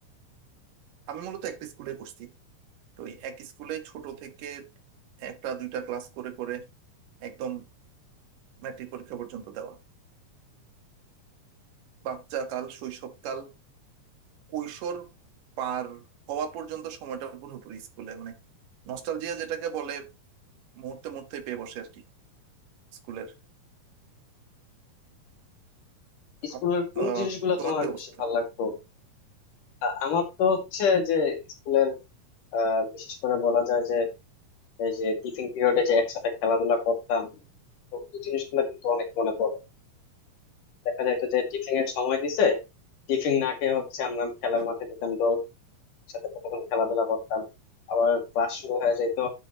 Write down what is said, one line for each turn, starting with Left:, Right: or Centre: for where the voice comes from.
Right: আমি মূলত একটা স্কুলে পড়ছি তো এই এক স্কুলে ছোট থেকে একটা দুইটা ক্লাস করে করে একদম ম্যাট্রিক পরীক্ষা পর্যন্ত দেওয়া বাচ্চা কাল শৈশবকাল কৈশোর পার হওয়া পর্যন্ত সময়টা পুরোপুরি স্কুলে মানে নস্টালজিয়া যেটাকে বলে মুহূর্তে মুহূর্তে পেয়ে বসে আর কি স্কুলের
Left: স্কুলের
Right: আপ-
Left: কোন
Right: আহ,
Left: জিনিসগুলো
Right: তোমার
Left: তোমার
Right: কি
Left: বেশি
Right: অবস্থা
Left: ভালো লাগতো আ- আমার তো হচ্ছে যে স্কুলের আহ বিশেষ করে বলা যায় যে এই যে টিফিন পিরিয়ডে যে একসাথে খেলাধুলা করতাম তো ওই জিনিসগুলো কিন্তু অনেক মনে পড়ে দেখা যাইতো যে টিফিন এর সময় দিছে টিফিন না খেয়ে হচ্ছে আমরা খেলার
Right: হুম
Left: মাঠে যেতাম দৌড়ের সাথে কতক্ষণ খেলাধুলা করতাম আবার ক্লাস শুরু হয়ে যেত